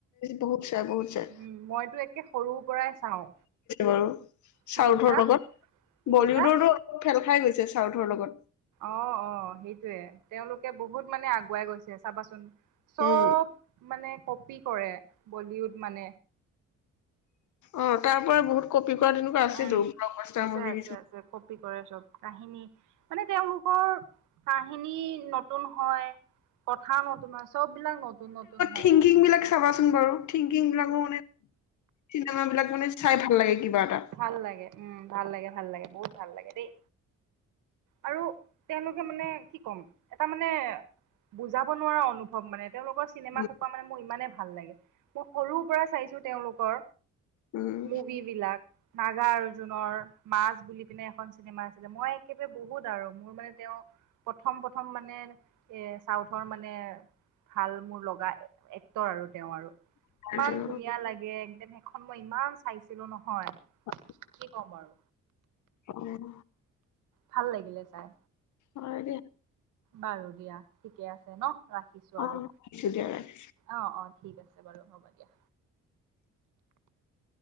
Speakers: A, on the left; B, on the right.
A: বহুত চাই, বহুত চাই
B: উম মইতো একে সৰুৰ পৰাই চাওঁ
A: বাৰু
B: কি
A: চাউথৰ
B: কৈছা
A: লগত
B: কি কৈছা?
A: বলীউড অৰ টো ফেল খাই গৈছে চাউথৰ লগত।
B: অ', -অ' সেইটয়ে তেওঁলোকে বহুত মানে আগুৱাই গৈছে চাবাচোন। চব
A: উম
B: মানে কপি কৰে বলিউড মান
A: অ তাৰ পৰা বহুত কপি কৰা তেনেকুৱা আছিলো
B: উম,
A: ব্লগ তাৰ
B: আছে আছে
A: কিছুমান
B: আছে কপি কৰে চব কাহিনী, মানে তেওঁলোকৰ কাহিনী নতুন হয়। কথাৰ নতুন হয়, চববিলাক নতুন-নতুন হয়,
A: থিংকিং
B: চব
A: বিলাক চাবাচোন বাৰু থিংকিং বিলাকো মানে চিনেমাবিলাক মানে চাই ভাল লাগে কিবা। এটা
B: ভাল লাগে উম, ভাল লাগে, ভাল লাগে বহুত ভাল লাগে দেই। আৰু তেওঁলোকে মানে কি ক'ম এটা মানে বুজাব নোৱাৰা অনুভৱ মানে তেওঁলোকৰ চিনেমা
A: উম
B: খোপা মানে মোৰ ইমানে ভাল লাগে মই সৰুৰ পৰাই চাইছো তেওঁলোকৰ।
A: উম
B: মুভি বিলাক নাগা অৰ্জুনৰ মাজ বুলি পিনে এখন চিনেমা আছিলে, মই একেবাৰে বহুত আৰু মোৰ মানে তেওঁ, প্ৰথম প্ৰথম মানে এ চাউথৰ মানে ভাল মোৰ লগা এক্টৰ আৰু তেওঁ আৰু
A: তাৰপিছত
B: ইমান ধুনীয়া লাগে, একদম সেইখন মই ইমান চাইছিলো নহয়।
A: অ
B: কি ক'ম আৰু
A: উম
B: ভাল লাগিলে চাই
A: অ দিয়া
B: বাৰু দিয়া ঠিকে আছে ন ৰাখিছো
A: অ
B: আৰু
A: ৰাখিছো দিয়া ৰাখিছো
B: অ অ ঠিক আছে বাৰু হ'ব দিয়া